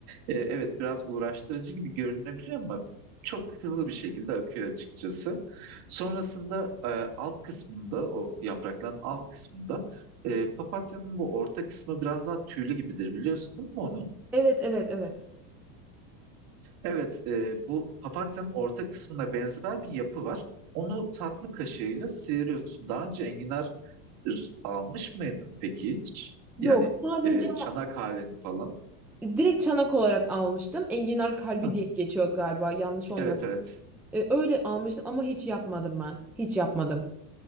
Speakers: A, on the right; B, in the centre.
A: E, evet biraz uğraştırıcı gibi görünebiliyor ama çok hızlı bir şekilde akıyor açıkçası. Sonrasında e, alt kısmında o yaprakların alt kısmında e, papatyanın bu orta kısmı biraz daha tüylü gibidir biliyorsun değil mi onu?
B: Evet, evet, evet.
A: Evet e, bu papatyanın orta kısmına benzer bir yapı var. Onu tatlı kaşığıyla sıyırıyorsun. Daha önce enginar almış mıydın peki hiç?
B: Yok,
A: Yani
B: sadece
A: e, çanak halini falan.
B: direkt çanak olarak almıştım. Enginar kalbi
A: Hı.
B: diye geçiyor galiba. Yanlış olmasın.
A: Evet evet.
B: E, öyle almıştım ama hiç yapmadım ben. Hiç yapmadım.